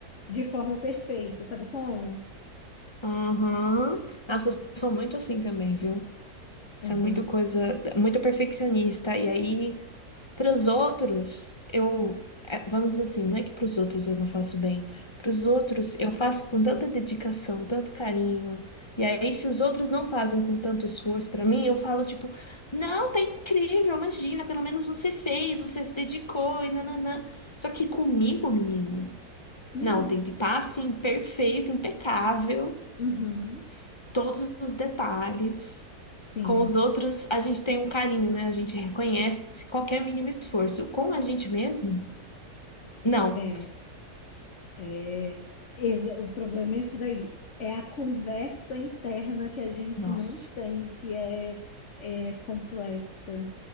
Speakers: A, on the left; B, on the left.
A: de forma perfeita, sabe como?
B: Uhum. Nossa, eu sou muito assim também, viu? Isso
A: Aham.
B: é muito coisa, muito perfeccionista. E aí Para os outros, eu, é, vamos dizer assim, não é que para os outros eu não faço bem. Para os outros, eu faço com tanta dedicação, tanto carinho. E aí, se os outros não fazem com tanto esforço para mim, eu falo tipo, não, tá incrível, imagina, pelo menos você fez, você se dedicou e nananã. Só que comigo, menina,
A: Hum,
B: não, tem que estar assim, perfeito, impecável
A: Uhum.
B: s- todos os detalhes.
A: Sim.
B: Com os outros, a gente tem um carinho, né? A gente reconhece qualquer mínimo esforço. Com a gente mesmo? Não.
A: é. É, exa- o problema é esse daí. É a conversa interna que a gente
B: Nossa.
A: não tem, que é, é complexa.